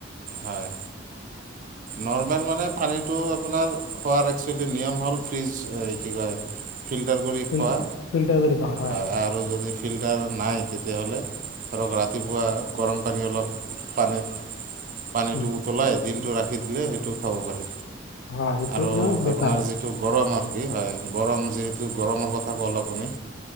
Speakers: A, on the right; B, on the left.
A: হয়, নৰ্মেল মানে পানীটো আপোনাৰ খোৱাৰ একচোৱেলি নিয়ম হ'ল, ফ্ৰিজ এ কি কয় ফিল্টাৰ কৰি
B: ফিল্টা
A: খোৱা,
B: ফিল্টাৰ কৰি খোৱা হয়
A: আ-আৰু যদি ফিল্টাৰ নাই, তেতিয়াহ'লে ধৰক ৰাতিপুৱা গৰম পানী অলপ পানীত পানীটো
B: উম
A: উতলাই, দিনতটো ৰাখি দিলে সেইটো খাব পাৰি।
B: হয় সেইটো
A: আৰু
B: মানে বেটাৰ
A: আপোনাৰ
B: হয়
A: যিটো গৰম আৰু কি হয় গৰম যি গৰমৰ কথা ক'ল আপুনি,